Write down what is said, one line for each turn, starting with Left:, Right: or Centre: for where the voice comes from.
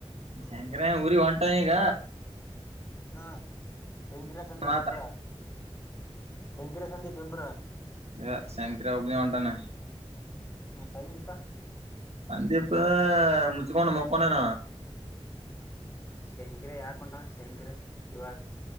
Right: ಸಂಂಕರ ಊರಿ ಹೊಂಟಾಯಗ
Left: ಹ್ಮ ಸಂಕರ ಸಂಜೆ
Right: ಮಾತ
Left: ಇಬ್ರ ಶಂಕರ ಸಂಂದಿ ಪೆಬ್ರ
Right: ಈಗ ಶಂಕರಾವಬ ಉಟಾನ
Left: ನ ಸಹ ಬಿಿತ
Right: ಸಂದಿಪ ಮುಚ್ಚಿಕೋೊಂಡ್ಣ ಮಕ್ಕೊಂಡಣ
Left: ಹ ಶೇಂಕರ ಯಾಕ ಉಂಟ ಶೇಂಕರ ಇವಾಗ